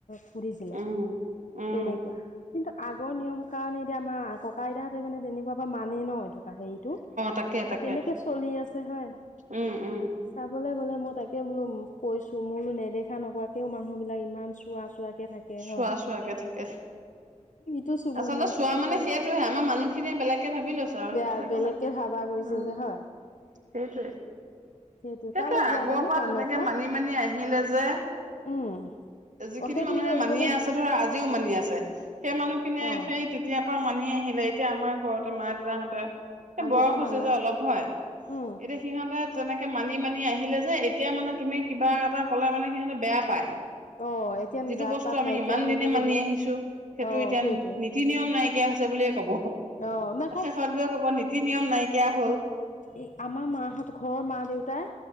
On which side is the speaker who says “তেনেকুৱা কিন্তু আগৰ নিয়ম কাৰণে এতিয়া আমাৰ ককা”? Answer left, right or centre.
Left